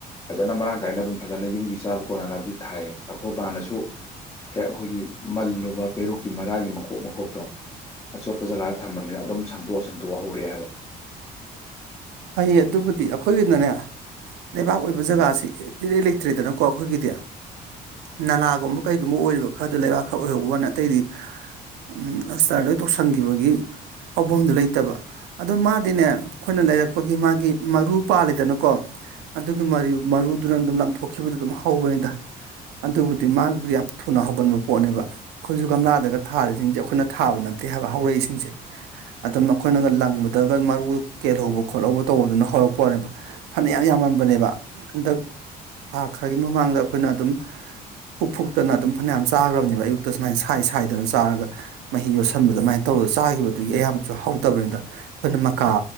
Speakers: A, on the left; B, on the right.
A: ꯐꯖꯅ ꯃꯔꯥꯡ ꯀꯥꯏꯅ ꯑꯗꯨꯝ ꯐꯖꯅ ꯌꯨꯝꯒꯤ ꯆꯥꯕ ꯀꯣꯟꯅꯅꯕꯗꯤ ꯊꯥꯏꯌꯦ ꯑꯩꯈꯣꯏ ꯕꯥꯅꯁꯨ ꯍꯦꯛ ꯑꯩꯈꯣꯏꯒꯤ ꯃꯜꯂꯨꯕ ꯄꯦꯔꯨꯛꯀꯤ ꯃꯔꯥꯒꯤ ꯃꯈꯣꯛ ꯃꯈꯣꯛꯇꯣ ꯑꯆꯣꯠꯄ ꯖꯒꯥꯗ ꯊꯝꯃꯅꯤꯅ ꯑꯗꯨꯝ ꯁꯟꯇꯣꯛ ꯁꯟ ꯇ ꯍꯧꯔꯦ ꯍꯥꯏꯕ
B: ꯍꯩꯌꯦ ꯑꯗꯨꯕꯨꯗꯤ ꯑꯩꯈꯣꯏꯒꯤꯅꯅꯦ ꯂꯩꯕꯥꯛ ꯑꯣꯏꯕ ꯖꯒꯥꯁꯤ ꯏꯔꯩ ꯂꯩꯇ꯭ꯔꯦꯗꯅꯀꯣ ꯑꯩꯈꯣꯏꯒꯤꯗꯤ ꯅꯂꯥꯒꯨꯝꯕ ꯀꯩꯒꯨꯝꯕ ꯑꯣꯏꯔꯤꯕ ꯈꯔꯗ ꯂꯩꯕꯥꯛ ꯈꯔ ꯑꯣꯏꯍꯧꯕ ꯋꯥ ꯑꯇꯩꯗꯤ ꯎꯝ ꯑꯁ ꯁꯥꯔ ꯂꯣꯏ ꯇꯧꯁꯟꯈꯤꯕꯒꯤ ꯍꯧꯐꯝꯗꯨ ꯂꯩꯇꯕ ꯑꯣ ꯃꯥꯗꯤꯅꯦ ꯑꯩꯈꯣꯏꯅ ꯂꯩꯔꯛꯄ ꯄꯄꯒꯤ ꯃꯥꯒꯤ ꯃꯔꯨ ꯄꯥꯜꯂꯤꯗꯅꯀꯣ ꯑꯗꯨꯒꯤ ꯃꯔꯨꯗꯨꯅ ꯑꯗꯨꯝ ꯂꯪꯊꯣꯛꯈꯤꯕꯗ ꯑꯗꯨꯝ ꯍꯧꯕꯅꯤꯗ ꯑꯗꯨꯕꯨꯗꯤ ꯃꯥ ꯌꯥꯝ ꯊꯨꯅ ꯍꯧꯒꯟꯕ ꯄꯣꯠꯅꯦꯕ ꯑꯩꯈꯣꯏꯁꯨ ꯒꯝꯂꯥꯗꯒ ꯊꯥꯔꯤꯁꯤꯡꯁꯦ ꯑꯩꯈꯣꯏꯅ ꯊꯥꯕ ꯅꯝꯠꯇꯦ ꯍꯥꯏꯕ ꯍꯧꯔꯛꯏꯁꯤꯡꯁꯦ ꯑꯗꯨꯝ ꯑꯩꯈꯣꯏꯅꯒ ꯂꯪꯕꯗꯒ ꯃꯔꯨ ꯀꯦꯜꯍꯧꯕ ꯈꯣꯠꯍꯧꯕ ꯇꯧꯕꯗꯨꯅ ꯍꯧꯔꯛꯄꯅꯦꯕ ꯐꯅ ꯌꯥꯝ ꯌꯥꯝꯃꯝꯕꯅꯦꯕ ꯍꯟꯗꯛ ꯍꯥ ꯈꯔꯒꯤ ꯃꯃꯥꯡꯗ ꯑꯩꯈꯣꯏꯅ ꯑꯗꯨꯝ ꯎꯛ ꯐꯨꯛꯇꯅ ꯑꯗꯨꯝ ꯐꯅꯌꯥꯝ ꯆꯥꯈ꯭ꯔꯕꯅꯦꯕ ꯑꯌꯨꯛꯇ ꯁꯨꯃꯥꯏꯅ ꯁꯥꯏ ꯁꯥꯏꯗꯅ ꯆꯥꯔꯒ ꯃꯍꯤ ꯌꯣꯠꯁꯟꯕꯗ ꯑꯗꯨꯃꯥꯏꯅ ꯇꯧꯔꯒ ꯆꯥꯈꯤꯕꯗꯨꯒꯤ ꯑꯌꯥꯝꯕꯁꯨ ꯍꯧꯗꯕꯅꯤꯅ ꯑꯩꯈꯣꯏꯅ ꯃꯀꯥ